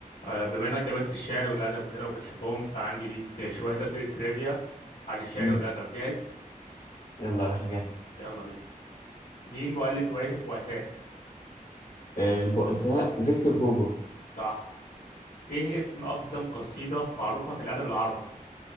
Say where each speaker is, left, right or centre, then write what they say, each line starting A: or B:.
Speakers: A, on the left; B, on the left.
A: آه، بما انك جامد في الشعر والادب وكده وبتحبهم فعندي ليك شويه اسئله ترivia عن الشعر
B: مم.
A: والادب جاهز
B: يلا يا باشا جاهز
A: يلا بينا مين مؤلف روايه البؤساء
B: آه، البؤساء فيكتور هوجو
A: صح ايه اسم اقدم قصيده معروفه في الادب العربي